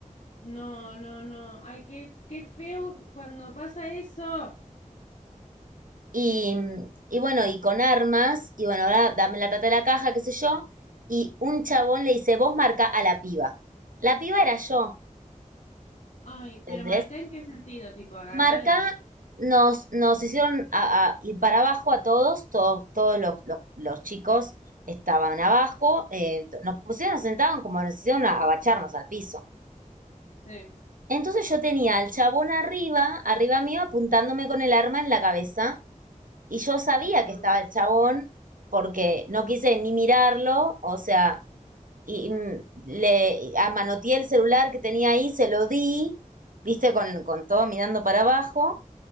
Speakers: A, on the left; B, on the right.
A: No, no, no. Ay, qué, qué feo cuando pasa eso.
B: y, y bueno, y con armas, y bueno, ahora dame la plata de la caja, qué sé yo, y un chabón le dice, vos marca a la piba. La piba era yo,
A: Ay, pero
B: ¿entendés?
A: marca en qué sentido, tipo, agárrala.
B: Marca, nos, nos hicieron a- a ir para abajo a todos, todos, todos los, los- los chicos estaban abajo, eh, nos pusieron, nos sentaban como nos hicieron a- agacharnos al piso.
A: Sí.
B: Entonces yo tenía al chabón arriba, arriba mío, apuntándome con el arma en la cabeza. Y yo sabía
A: No,
B: que estaba el chabón porque no quise ni mirarlo, o sea, y, mm, le y amanoteé el celular que tenía ahí, se lo di, viste, con, con todo mirando para abajo.